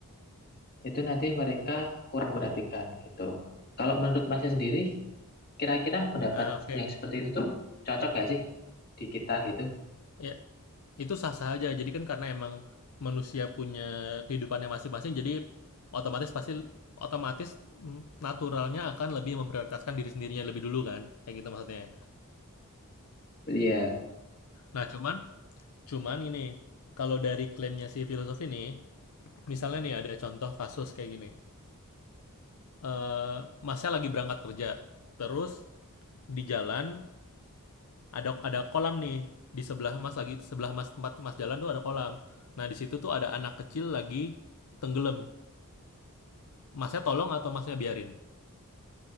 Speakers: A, on the left; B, on the left.
A: itu nanti mereka kurang perhatikan gitu. Kalau menurut Masnya sendiri, kira-kira pendapat
B: Nah, oke.
A: yang seperti itu tuh cocok gak sih di kita gitu?
B: Ya, Itu sah-sah aja. Jadi kan karena emang manusia punya kehidupannya masing-masing, jadi otomatis pasti otomatis mm, naturalnya akan lebih memprioritaskan diri sendirinya lebih dulu kan. Kayak gitu maksudnya.
A: Iya,
B: Nah, cuman cuman ini kalau dari klaimnya si filosof ini, misalnya nih ada contoh kasus kayak gini. Eh, masnya lagi berangkat kerja, terus di jalan ada ada kolam nih di sebelah mas lagi sebelah mas tempat mas jalan tuh ada kolam. Nah di situ tuh ada anak kecil lagi tenggelam Masnya tolong atau Masnya biarin?